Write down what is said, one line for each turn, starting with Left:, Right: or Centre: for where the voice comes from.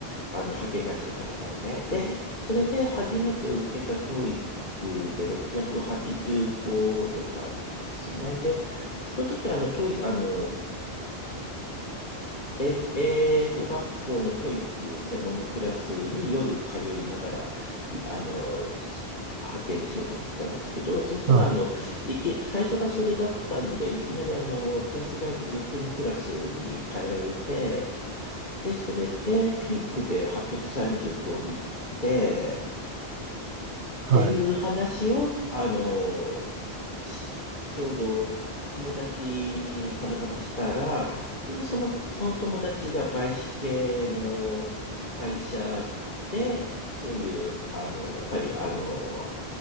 Left: あの、派遣会社の方からね。で、それで初めて受けたトイックで685出たんですね。で、その時、あの、トイ、あの、え、英語学校のトイック専門のクラスに夜通いながら、いあの、し派遣で仕事してたんですけど、そしたら、
Right: あ。はい。
Left: あの、いき、最初がそれだったんで、いきなりあの、クラス替えて上級のクラスに変えられて、で、それでピークで835行って、っていう話を、
Right: はい。
Left: あの、しちょうど友達にたまたましたら、その、その友達が外資系の会社で、そういう、あの、やっぱり、あの、